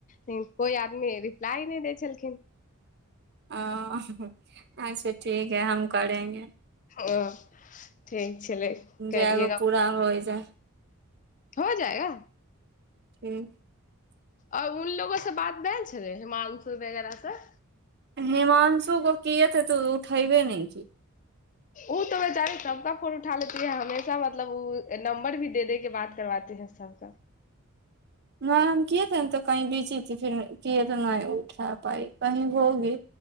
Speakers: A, on the left (about 35°); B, on the right (about 50°).
A: लिन कोइ आदमी रिप्लाइ नहि दै छलखिन
B: आ अच्छा ठीक है हम करेंगे
A: ओ ठीक छलै करियएगा
B: जगो पूरा होइ जा
A: हो जाएगा
B: ठीक
A: आओर उलोगो से बात भए छलै हिमानंशु वगैरह से
B: हेमांशु क किए तऽ तू उठैब ने
A: ओ तऽ बेचारे सबका फोन उठा लेती हैं हमेशा मतलब ओ नं्ब र भी दे दे के बात करबाते है सबका
B: न हम किएथे ने तो कही बीजी थी फिर किए तऽ नहि उठा पाइ कही होगी